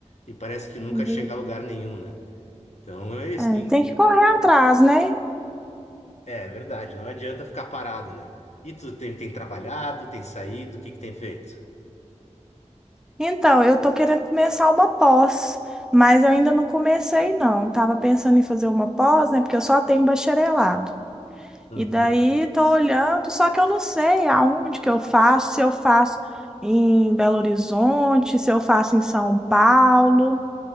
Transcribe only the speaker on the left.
e parece que nunca
chega a lugar nenhum, né? Então é isso,
tem
É verdade, não adianta ficar parado, né? E tu tem, tem trabalhado, tem saído, o que que tem feito?
Uhum.